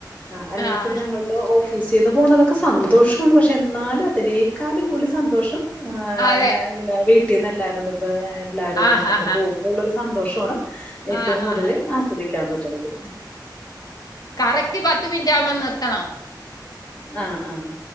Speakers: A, on the left (about 20°); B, on the left (about 50°).
A: ആ. അല്ലെങ്കി
B: ആഹ്
A: പിന്നെ ഞങ്ങള് ഓഫീസീന്ന് പോണതൊക്കെ സന്തോഷാണ് പക്ഷെ ഇന്നാലും അതിനേക്കാളും കൂടുതൽ സന്തോഷം. ആ
B: അതെ
A: അങ്ങനെ വീട്ടീന്ന് എല്ലാരോണ്ടം എല്ലാരുക്കയായിട്ടൊക്കെ
B: ആഹ് ആഹ്
A: പോകും. ഉള്ളരു സന്തോഷ്വാണ് ഏറ്റവും
B: ആഹ്
A: കൂടുതൽ
B: ആഹ്
A: ആസ്വദിക്കാൻ പറ്റുന്നത്.
B: കറക്ക്റ്റ് പത്ത് മിൻറ്റാവുമ്പം നിർത്തണം.
A: അ. ആഹ്.